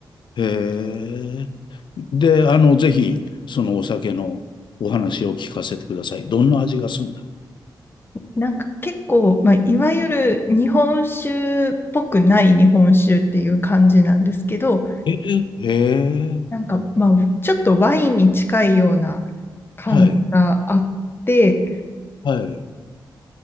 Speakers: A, on the left; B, on the left.
A: へえ。で、あの、ぜひ、そのお酒のお話を聞かせてください。どんな味がするんだ
B: なんか結構、まあ、いわゆる日本酒っぽくない日本酒っていう感じなんですけど、
A: えー、へえ。
B: なんか、まあ、ちょっとワインに近いような感じがあって、
A: はい、はい、